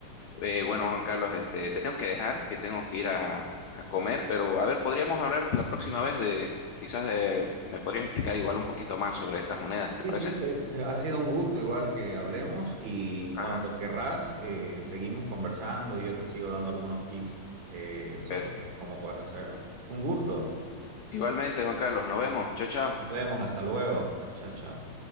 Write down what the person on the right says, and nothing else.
Sí,
sí, que, eh, ha sido un gusto igual que hablemos y
cuando querrás eh, seguimos conversando y yo te sigo dando algunos tips eh, sobre
cómo puedes hacerlo. Un gusto.
Nos vemos. Hasta luego. Chao, chao.